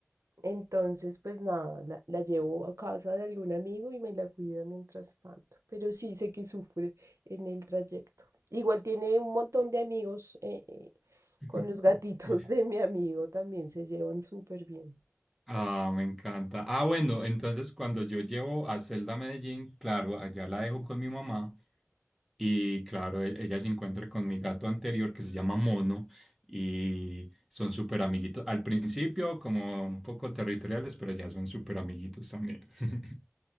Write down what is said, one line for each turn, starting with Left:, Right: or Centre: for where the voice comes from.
Right: entonces pues nada, la, la llevo a casa de algún amigo y me la cuida mientras tanto, pero sí sé que sufre en el trayecto. Igual tiene un montón de amigos eh, eh,
Centre: <laughs>
Right: con los gatitos de mi amigo, también se llevan súper bien.
Centre: Ah, me encanta. Ah, bueno, entonces cuando yo llevo a Zelda a Medellín, claro, allá la dejo con mi mamá y claro, e- ella se encuentra con mi gato anterior que se llama Mono y son súper amiguitos. Al principio como un poco territoriales, pero ya son súper amiguitos también. <laughs>